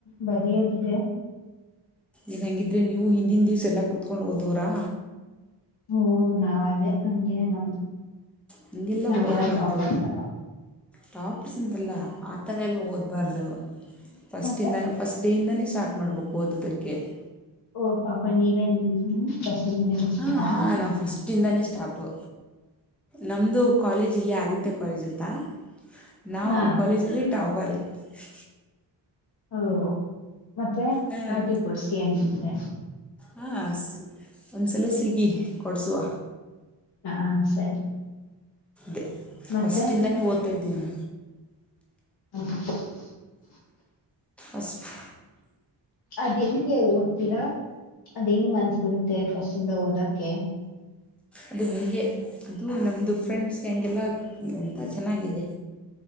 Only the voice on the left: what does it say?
ಬರಯ ತಿರ
ಹಓ ನಾವ ಅದೇ ಹಂಗೇನೆೇ ನಮ್ದು
ನಾವೆಲ್ಲ
ಟಾಪರ್ಸ್ ಅಲ್ಲ
ಮತ್ತೆ
ಓ ಪಾಪ ನೀವೇ ಬಸ ಮನ ಇರ್ತೀರಾ
ಹಾ
ಹ ಮತ್ತೆ
ಪಾಟಿ ಕೊಡ್ಸಿ ಹಂಗಿದ್ರೆ
ಹಾ ಸರಿ
ಮತ್ತೆ
ಹ <inaudible>
ಅದ್ ಹೆಂಗೆ ಓದ್ತೀರಾ ಅದ ಹೆಂಗ್ ಮನ್ಸ್ ಬರುತ್ತೆ ಫಸ್ಟ್ ಹೌದಕ್ಕೆ